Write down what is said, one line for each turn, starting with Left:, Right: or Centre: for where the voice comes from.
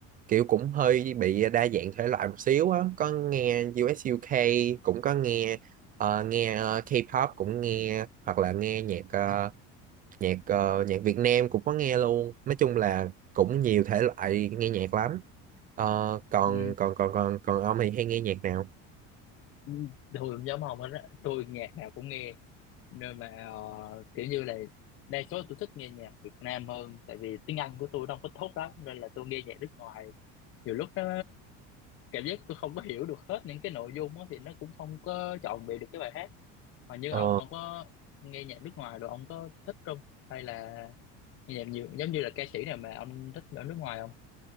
Right: kiểu cũng hơi bị đa dạng thể loại một xíu á. Có nghe u ét u UK, cũng có nghe ờ, nghe ờ, K-pop cũng nghe hoặc là nghe nhạc ờ, nhạc ờ, nhạc Việt Nam cũng có nghe luôn. Nói chung là cũng nhiều thể loại nghe nhạc lắm. Ờ, còn
Left: ừ,
Right: còn còn còn còn ông thì hay nghe nhạc nào?
Left: ừ. tôi cũng giống ông hết á tôi nhạc nào cũng nghe nên mà ờ, kiểu như là đa số tôi thích nghe nhạc Việt Nam hơn tại vì tiếng Anh của tôi không có tốt lắm nên là tôi nghe nhạc nước ngoài nhiều lúc nó cảm giác tôi không có hiểu được hết những cái nội dung đó, thì nó cũng không có trọn vẹn được cái bài hát mà như
Right: Ờ.
Left: ông ông có nghe nhạc nước ngoài rồi ông có thích không hay là nghe nhạc nhiều giống như là ca sĩ nào mà ông thích ở nước ngoài không